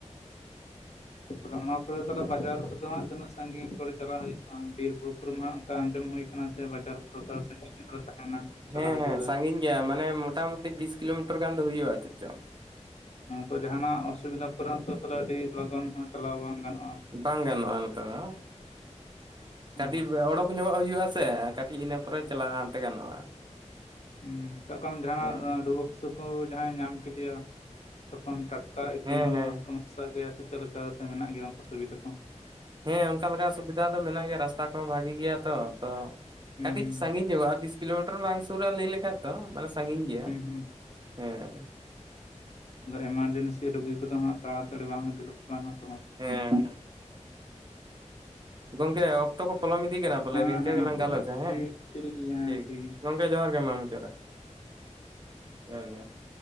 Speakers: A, on the left (about 60°); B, on the right (about 35°).
A: ᱛᱟᱦᱚᱞᱮ ᱚᱱᱟ ᱠᱚᱨᱮ ᱛᱟᱞᱮ ᱵᱟᱡᱟᱨ ᱫᱚ ᱦᱟᱸᱜ ᱛᱤᱱᱟᱹᱜ ᱥᱟᱺᱜᱤᱧ ᱠᱚᱨᱮ ᱪᱟᱞᱟᱜ ᱦᱩᱭᱩᱜᱼᱟ ᱵᱤᱨ ᱵᱩᱨᱩ ᱠᱚᱨᱮ ᱦᱟᱜ ᱚᱱᱠᱟ ᱟᱸᱡᱚᱢ ᱦᱩᱭ ᱠᱟᱱ ᱠᱟᱱᱟ ᱥᱮ ᱵᱟᱡᱟᱨ ᱠᱚᱫᱚ ᱥᱟᱺᱜᱤᱧ ᱧᱚᱜ ᱨᱮ ᱛᱟᱦᱮᱱᱟ ᱪᱟᱞᱟᱜ
B: ᱦᱮᱸ
A: ᱦᱤᱡᱩᱜ
B: ᱦᱮᱸ
A: ᱨᱮ
B: ᱥᱟᱺᱜᱤᱧ ᱜᱮᱭᱟ ᱢᱟᱱᱮ ᱢᱚᱴᱟᱢᱩᱴᱤ ᱵᱤᱥ ᱠᱤᱞᱳᱢᱤᱴᱟᱨ ᱜᱟᱱ ᱫᱚ ᱦᱩᱭᱩᱜᱼᱟ ᱪᱮᱫ ᱪᱚ
A: ᱚᱝᱠᱩ ᱡᱟᱦᱟᱱᱟᱜ ᱚᱥᱩᱵᱤᱫᱟ ᱠᱚᱨᱮᱱᱟᱜ ᱛᱟᱦᱮ ᱟᱹᱰᱤ ᱞᱚᱜᱚᱱ ᱦᱚᱸ ᱪᱟᱞᱟᱣ ᱵᱟᱝ ᱜᱟᱱᱚᱜᱼᱟ᱾
B: ᱵᱟᱝ ᱜᱟᱱᱚᱜᱼᱟ ᱱᱚᱛᱮ ᱫᱚ
A: ᱦᱩᱸ
B: ᱠᱟᱴᱤᱵ ᱚᱲᱚᱠ ᱧᱚᱜᱚᱜ ᱦᱩᱭᱩᱜᱼᱟ ᱥᱮ ᱠᱟᱹᱴᱤᱡ ᱤᱱᱟᱹ ᱯᱚᱨᱮ ᱪᱟᱞᱟ ᱦᱟᱱᱛᱮ ᱜᱟᱱᱚᱜᱼᱟ᱾
A: ᱦᱩᱸ ᱥᱟᱵ ᱠᱟᱜ ᱟᱢ ᱡᱟᱦᱟᱱᱟᱜ
B: ᱦᱮᱸ
A: ᱨᱩᱣᱟᱹ ᱦᱟᱹᱥᱩ ᱠᱚ ᱡᱟᱦᱟᱸᱭ ᱧᱟᱢ ᱠᱮᱫᱮᱭᱟ ᱛᱚᱠᱷᱚᱱ ᱴᱟᱴᱠᱟ ᱤᱫᱤ
B: ᱦᱮᱸ
A: ᱦᱚᱸ
B: ᱦᱮᱸ
A: ᱥᱚᱢᱚᱥᱥᱟ ᱜᱮᱭᱟ ᱥᱮ ᱪᱮᱫᱠᱟ ᱥᱮ ᱢᱮᱱᱟᱜ ᱜᱮᱭᱟ ᱚᱱᱠᱟ ᱥᱩᱵᱤᱫᱷᱟ ᱠᱚ
B: ᱦᱮᱸ ᱚᱱᱠᱟ ᱞᱮᱠᱟ ᱥᱩᱵᱤᱫᱷᱟ ᱫᱚ ᱢᱮᱱᱟᱜ ᱜᱮᱭᱟ ᱨᱟᱥᱛᱟ ᱠᱚᱦᱚᱸ ᱵᱷᱟᱹᱜᱤ ᱜᱮᱭᱟ ᱛᱚ ᱟᱫᱚ ᱠᱟᱹᱴᱤᱡ
A: ᱦᱩᱸ
B: ᱥᱟᱺᱜᱤᱧ ᱧᱚᱜᱚᱜᱼᱟ ᱵᱤᱥ ᱠᱤᱞᱳᱢᱤᱴᱟᱨ ᱵᱟᱝ ᱥᱩᱨ ᱨᱟ ᱞᱟᱹᱭ ᱞᱮᱠᱷᱟᱡ ᱫᱚ ᱢᱟᱱᱮ ᱥᱟᱺᱜᱤᱧ ᱜᱮᱭᱟ
A: ᱦᱩᱸ ᱦᱩᱸ
B: ᱦᱮᱸ
A: ᱮᱢᱟᱨᱡᱮᱱᱥᱤ ᱨᱩᱜᱤ ᱠᱚᱫᱚ ᱦᱟᱸᱜ ᱛᱟᱲᱟ ᱛᱟᱲᱤ ᱵᱟᱝ ᱤᱫᱤ ᱞᱮᱠᱚ ᱠᱷᱟᱱ ᱦᱩᱸᱛᱚ
B: ᱦᱮᱸ ᱜᱚᱢᱠᱮ ᱚᱠᱛᱚ ᱠᱚ ᱯᱚᱞᱚᱢ ᱤᱫᱤ ᱠᱟᱱᱟ ᱵᱚᱞᱮ
A: ᱦᱮᱸ
B: ᱱᱤᱝᱠᱟᱹ
A: ᱦᱮᱸ
B: ᱜᱮᱞᱟᱝ ᱜᱟᱞᱚᱪᱟ-ᱟ ᱦᱮᱸ
A: ᱴᱷᱤᱠ ᱴᱷᱤᱠ ᱜᱮᱭᱟ ᱦᱮᱸ
B: ᱴᱷᱤᱠ
A: ᱜᱮᱭᱟ
B: ᱜᱚᱢᱠᱮ ᱡᱚᱦᱟᱨ ᱜᱮ ᱢᱟ ᱢᱩᱪᱟᱹᱜ ᱨᱮ <unintelligible>